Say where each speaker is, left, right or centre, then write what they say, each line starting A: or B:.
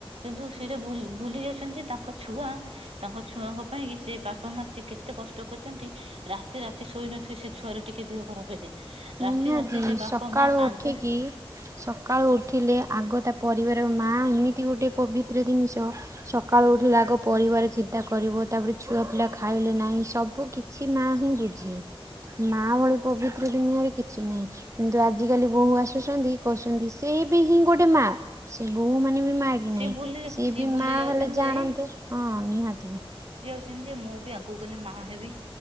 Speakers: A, on the right (about 75°); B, on the right (about 30°).
A: କିନ୍ତୁ ସେଟା ଭୁଲ ଭୁଲି ଯାଉଛନ୍ତି ଯେ ତାଙ୍କ ଛୁଆ। ତାଙ୍କ ଛୁଆଙ୍କ ପାଇଁ ସେ ବାପା ମା ସେ କେତେ କଷ୍ଟ କରିଛନ୍ତି ରାତି ରାତି। ରାତି ଶୋଇ ନଥିବେ ସେ ଛୁଆରେ ଟିକେ ଦେହ ଖରାପ ହେଲେ
B: ନିହାତି
A: ରାତି ରାତି ସେ
B: ସକାଳୁ
A: ବାପା ମା କାନ୍ଦ।
B: ଉଠିକି ସକାଳୁ ଉଠିଲେ ଆଗ ତା ପରିବାର ମା ଏମିତି ଗୋଟେ ପବିତ୍ର ଜିନିଷ। ସକାଳୁ ଉଠିଲେ ଆଗ ପରିବାର ଚିନ୍ତା କରିବ ତାପରେ ଛୁଆ ପିଲା ଖାଇଲେ ନାହିଁ ସବୁ କି। କିଛି ମା ହିଁ ବୁଝେ। ମା ଭଳି ପବିତ୍ର ଦୁନିଆରେ କିଛି ନାହିଁ କିନ୍ତୁ ଆଜିକାଲି ବୋହୂ ଆସୁଛନ୍ତି। କହୁଛନ୍ତି ସେ ବି ହିଁ ଗୋଟେ ମା। ସେ ବୋହୂ ମାନେ ବି ମା କି ନାହିଁ
A: ସିଏ ଭୁଲି
B: ସିଏ ବି
A: ଭୁଲି
B: ମା
A: ଯାଉଛନ୍ତି
B: ହେଲେ ଜାଣନ୍ତେ
A: ଯେ
B: ହଁ ନିହାତି।
A: ସେମିନ୍ତି ଯେ ମୁଁ ବି ଆଗକୁ ଗଲେ ମାଆ ହେବି।